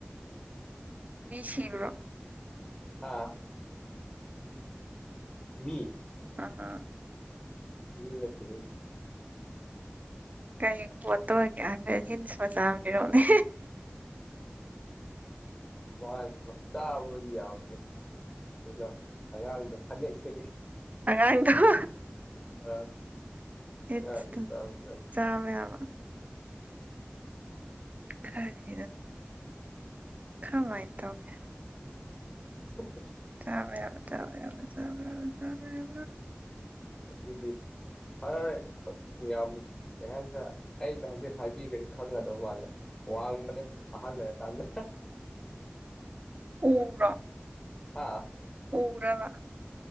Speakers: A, on the right (about 40°); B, on the left (about 20°).
A: ꯃꯤꯁꯤ꯭ꯔ
B: ꯑꯥ ꯃꯤ
A: ꯑꯥ
B: ꯃꯤꯅꯠꯇꯦ
A: ꯀꯩ ꯄꯣꯠꯇꯒ ꯍꯤꯟꯁ ꯃ ꯆꯥꯅꯤꯔꯣꯅꯤ
B: ꯍꯁ ꯃ ꯆꯥ ꯑꯗꯨ ꯌꯥꯎꯕꯅꯦ ꯀꯩꯅꯣ ꯑꯉꯥꯡꯗꯣ ꯐꯅꯦꯛꯁꯦ
A: ꯑꯉꯥꯡ
B: ꯑ
A: ꯍꯇ
B: ꯑꯉꯥꯡꯗꯤ ꯆꯥꯕ
A: ꯆꯃꯦꯦ ꯌꯥꯕ ꯈꯔꯤ ꯈꯃꯥꯏ ꯇꯅꯦ
B: ꯁꯀ
A: ꯆꯕ ꯌꯥꯕ ꯆꯕ ꯌꯥ ꯆꯕ ꯌꯥ ꯆꯕ ꯌꯥ
B: ꯑꯁꯤꯁꯤꯗꯤ ꯐꯔꯦ ꯌꯥꯝ ꯀꯩ ꯍꯥꯏ ꯑꯩꯅ ꯍꯧꯖꯤꯛ ꯍꯥꯏꯕꯤꯈꯅꯤ ꯈꯪꯒꯗꯧ ꯃꯥꯜꯂꯦ ꯋꯥꯡ ꯃꯅꯦ ꯑꯍꯅ ꯇꯥꯟꯅ
A: ꯎꯔꯥ
B: ꯑꯥ
A: ꯄꯨꯔꯕ